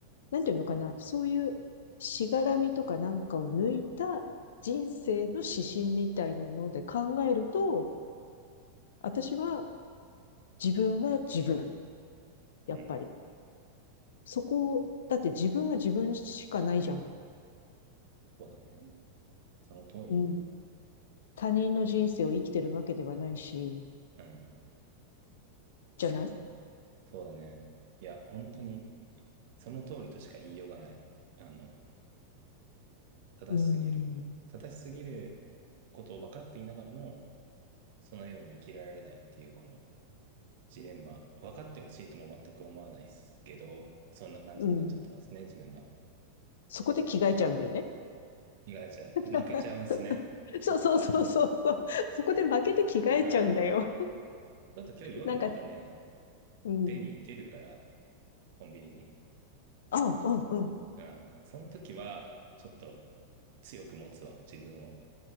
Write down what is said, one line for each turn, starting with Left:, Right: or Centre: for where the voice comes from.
Left: なんていうのかな、そういうしがらみとかなんかを抜いた人生の指針みたいなので考えると、私は自分は自分、やっぱり。
Right: うん。
Left: そこを、だって自分は自分しかないじゃん。
Right: そうだね。その通り。
Left: うん。他人の人生を生きてるわけではないし、
Right: うん、
Left: じゃない
Right: そうだね。いや、本当に、その通りとしか言いようがない。あの、正しすぎる。
Left: うん。
Right: 正しすぎることを分かっていながらも、そのように生きられないっていう、このジレンマ。分かってほしいとも全く思わないですけど、そんな感じになっちゃってますね、
Left: うん。
Right: 自分は。
Left: そこで着替えちゃうんだよね。
Right: 意外ちゃう。負けちゃうんすね。
Left: <laughs> そうそうそうそうそう。
Right: そこは。
Left: そこで負けて着替えちゃうんだよ。
Right: あーちょっと今日夜またね、
Left: なんか、うん。
Right: 出に出るから、コンビニに。
Left: あ、うんうん。
Right: うん。その時は、ちょっと強く持つわ、自分を。